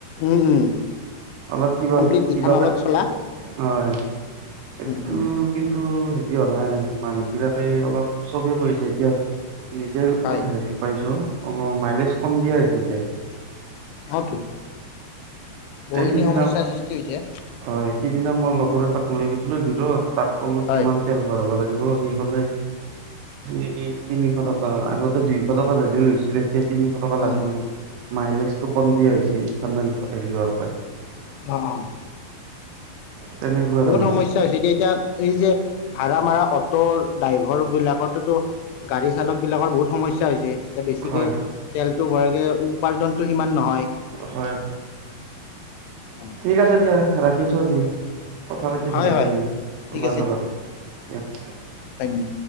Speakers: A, on the left; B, on the right.
A: উম, উম।
B: অলপ কিবা,
A: কমপ্লিট
B: কিবা
A: ইথানলত চলা
B: হয়, এইটো
A: উম উম
B: কিন্তু হেৰি হোৱা নাই, মানুহ বিলাকে অলপ চবেই কৈ আছে এতিয়া নিজে
A: হয়
B: হেৰি পাইছো, অ, মাইলেজ কম দিয়ে আৰু এতিয়া।
A: অ তো, বহু
B: এই
A: খিনি
B: সিদিনা
A: সমস্যাৰ সৃষ্টি হৈছে।
B: হয়, সিদিনা মই লগৰ এটাক লৈ গৈছিলো <unintelligible> তাক ক'লো
A: হয়
B: কিমান তেল ভৰাব লাগিব। সি ক'লে ই, তিনিশ টকা, আগতে দুইশ টকাৰ হ'লেও হৈছিলে, এতিয়া তিনিশ টকাৰ লাগিব।
A: উম
B: মাইলেজটো কম
A: উম
B: দিয়া
A: উম
B: হৈছে ইথানেল হেৰি হোৱাৰ পৰাই।
A: অ, অ,
B: তেনেকুৱা
A: বহুত
B: তাৰমানে
A: সম স্যা হৈছে এতিয়া, এতিয়া এই যে ভাড়া মাৰা অটৰ ড্ৰাইভৰ বিলাকৰতো গাড়ী চালক বিলাকৰ বহুত সমস্যা হৈছে, এতিয়া বেছিকৈ
B: হয়
A: তেলটো ভৰাইগে উপাৰ্জনটো সিমান নহয়।
B: হয়, হয়।
A: উম।
B: ঠিক আছে দিয়া ৰাখিছো আজি, কথা পাতি
A: হয়
B: ভালে
A: হয়
B: লাগিল তোমাৰ
A: ঠিক
B: লগত।
A: Thank U.